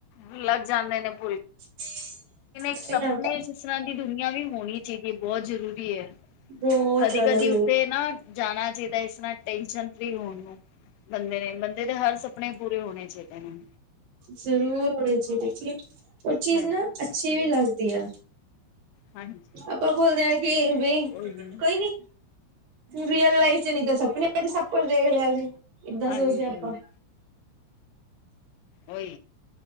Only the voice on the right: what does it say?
<inaudible>
ਕੋਈ ਨਾ
ਬਹੁਤ
ਜ਼ਿਆਦਾ ਜ਼ਰੂਰ
ਜ਼ਰੂਰ ਹੋਨੇ ਚਾਈਦੇ ਜੀ, ਓ ਚੀਜ਼
ਨਾ ਅੱਛੀ ਵੀ ਲੱਗਦੀ ਐ।
ਆਪਾਂ ਬੋਲਦੇ ਆਂ ਕੇ ਬਈ,
ਕੋਈ ਨੀ। ਰੀਅਲ ਲਾਈਫ਼ ਚ ਨੀ ਤਾਂ ਸਪਨਿਆਂ ਚ ਸਬ ਕੁਛ ਦੇਖ ਲੇਆ ਅਸੀ, ਏਦਾਂ
ਸੋਚਦੇ ਆਂ ਆਪਾਂ।